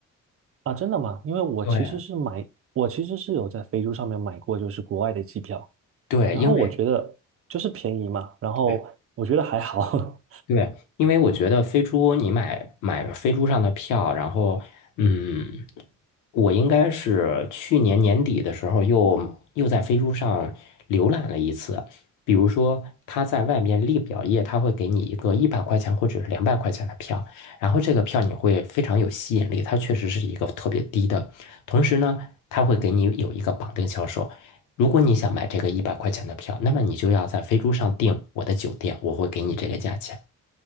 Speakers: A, on the right; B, on the left.
A: 啊，真的吗？因为我其实是买，
B: 对
A: 我其实是有在飞猪上面买过，就是国外的机票，
B: 对，
A: 然后我觉得就是便宜嘛，
B: 因为
A: 然后我觉得还好，
B: 对对，因为我觉得飞猪，你买买飞猪上的票，然后，嗯，我应该是去年年底的时候又又在飞猪上浏览了一次。比如说，他在外面立表页，他会给你一个一百块钱或者是两百块钱的票，然后这个票你会非常有吸引力，它确实是一个特别低的。同时呢，他会给你有一个绑定销售。如果你想买这个一百块钱的票，那么你就要在飞猪上订我的酒店，我会给你这个价钱。